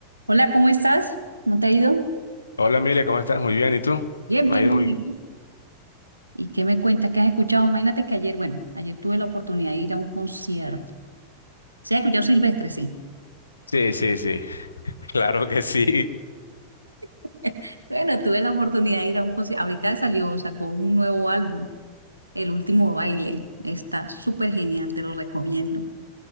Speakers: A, on the right; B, on the left.
A: Hola, ¿cómo estás? ¿Cómo te ha ido?
B: Hola, Mile, ¿cómo estás? Muy bien, ¿y tú?
A: Bien,
B: Me
A: bien,
B: ha ido
A: bien.
B: muy bien.
A: ¿Y qué me cuentas? ¿Qué has escuchado? Imagínate que ayer, bueno, ayer tuve la oportunidad de ir a un concierto. ¿Se ha escuchado Silvestre? Sí.
B: Sí, sí, sí, <laughs> claro que sí.
A: <laughs> Bueno, tuve la oportunidad de ir a un concierto. Ahorita salió, sacó un nuevo álbum, El Último Baile. Está súper genial, te lo recomiendo.